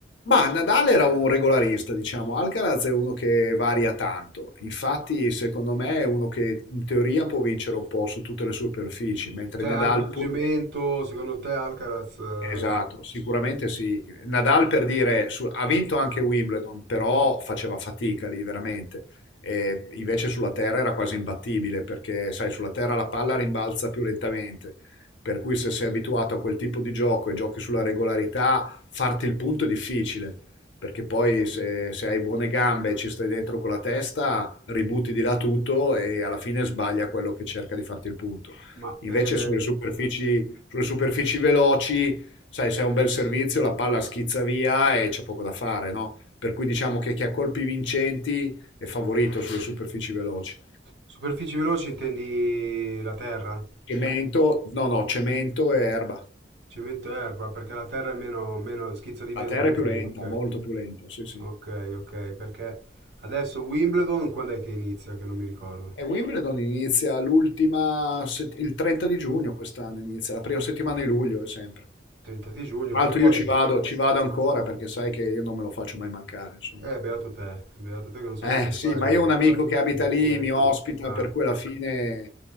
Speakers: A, on the left; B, on the right.
A: Ma Nadal era un regolarista, diciamo, Alcaraz è uno che varia tanto, infatti secondo me è uno che in teoria può vincere un po' su tutte le superfici, mentre
B: Cioè,
A: Nadal
B: anche su
A: pur...
B: cemento, secondo te Alcaraz... eh,
A: Esatto, sicuramente sì. Nadal per dire, su- ha vinto anche Wimbledon, però faceva fatica lì veramente. E invece sulla terra era quasi imbattibile perché, sai, sulla terra la palla rimbalza più lentamente. Per cui se sei abituato a quel tipo di gioco e giochi sulla regolarità, farti il punto è difficile. Perché poi se, se hai buone gambe e ci stai dentro con la testa, ributti di là tutto e alla fine sbaglia quello che cerca di farti il punto.
B: ma
A: Invece
B: eh,
A: sulle superfici sulle superfici veloci, sai, se è un bel servizio la palla schizza via e c'è poco da fare, no? Per cui diciamo che chi ha colpi vincenti è favorito sulle superfici veloci.
B: superfici veloci intendi la terra?
A: Cemento, no, no, cemento e erba.
B: Cemento e erba, perché la terra è meno, meno, schizza di meno
A: La terra
B: la pallina,
A: è più lenta,
B: ok.
A: molto più lenta, sì, sì.
B: Ok, ok, perché adesso Wimbledon quando è che inizia? Che non mi ricordo.
A: E Wimbledon inizia l'ultima, set- il 30 di giugno quest'anno inizia, la prima settimana di luglio è sempre.
B: 30 di giugno,
A: Tra
B: che
A: l'altro
B: poi...
A: io ci vado, ci vado ancora perché sai che io non me lo faccio mai mancare, insomma.
B: Eh, beato te, beato te che non so
A: Eh
B: come
A: sì,
B: fai
A: ma io ho un amico che abita
B: i biglietti.
A: lì, mi ospita,
B: Ah.
A: per cui alla fine